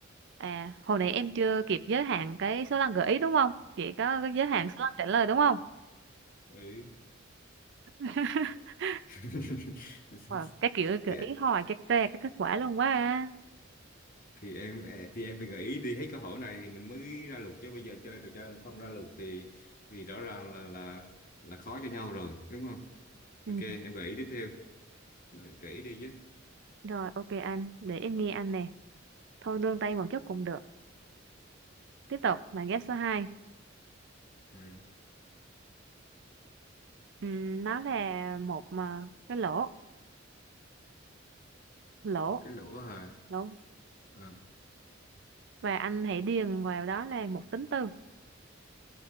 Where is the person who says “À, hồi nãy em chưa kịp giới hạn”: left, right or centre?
Right